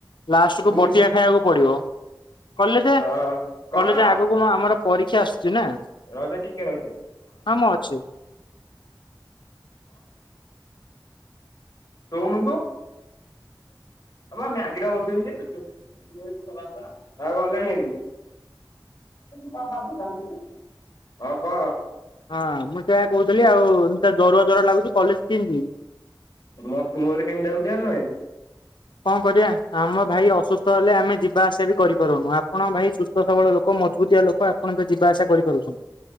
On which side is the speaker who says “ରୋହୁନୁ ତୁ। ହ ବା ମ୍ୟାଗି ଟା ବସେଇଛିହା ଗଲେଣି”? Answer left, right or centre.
Left